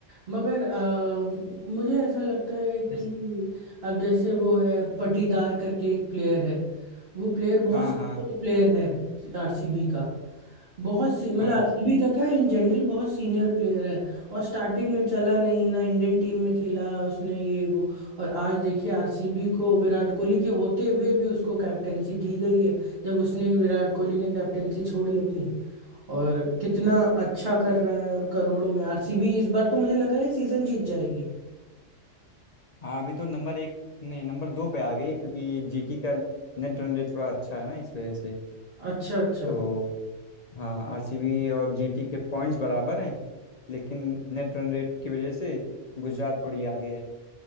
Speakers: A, on the right; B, on the left.
A: मगर अ, मुझे ऐसा लगता है
B: जैसे
A: कि अब जैसे वो है पटीदार करके एक प्लेयर है वो प्लेयर बहुत
B: हाँ
A: सीनियर
B: हाँ
A: प्लेयर है आरसीबी का बहुत सी मतलब
B: हाँ
A: आरसीबी का क्या इन जनरल बहुत सीनियर प्लेयर है और स्टार्टिंग में चला नहीं ना इंडियन टीम में खेला उसने ये वो और आज देखिए आरसीबी को विराट कोहली के होते हुए भी उसको कैप्टेंसी दी गई है जब उसने विराट कोहली ने कैप्टेंसी छोड़ी अपनी और कितना अच्छा कर रहा है और करोड़ों में आरसीबी इस बार तो मुझे लग रहा है सीजन जीत जाएगी
B: हाँ अभी तो नंबर एक नहीं नंबर दो पे आ गई क्योंकि जीटी का नेट रन रेट थोड़ा अच्छा है ना इस वजह से
A: अच्छा अच्छा
B: तो हाँ आरसीबी और जीटी के पॉइंट्स बराबर हैं लेकिन नेट रन रेट की वजह से गुजरात थोड़ी आगे है